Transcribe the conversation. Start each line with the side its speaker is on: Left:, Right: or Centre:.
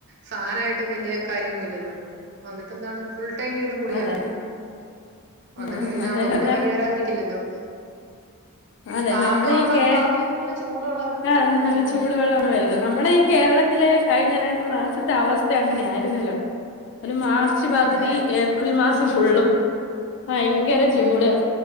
Right: ഫാനായിട്ടും വല്യ കാര്യന്നുല്ലല്ലോ വന്നിട്ട് എന്താണ് ഫുൾ ടൈം ഇരുന്ന് കുളിയാണ്
Left: അതെ
Right: വന്നിട്ട്
Left: ആഹ്
Right: പിന്നെ
Left: അതെ
Right: അപ്പൊ പിന്നെ
Left: അതെ
Right: പനി വരാതിരിക്കില്ലല്ലോ
Left: അതെ
Right: ടാപ്പ്
Left: നമ്മുടെ
Right: തുറന്നാലും
Left: ഈ കേ
Right: ടാപ്പിൽ നിന്ന് നല്ല ചൂടുള്ള ഒരു
Left: ആ
Right: ഉം
Left: നല്ല ചൂടുവെള്ളമാണ് വരുന്നത് നമ്മുടെ ഈ കേരളത്തിലെ കഴിഞ്ഞ രണ്ടു മാസം ത്തെ അവസ്ഥ അങ്ങനെ ആയിരുന്നല്ലോ മാ ർച്ച് പകുതി
Right: അതെ
Left: ഏ മാസം ഫുള്ളും ഭയങ്കര ചൂട്
Right: ഉം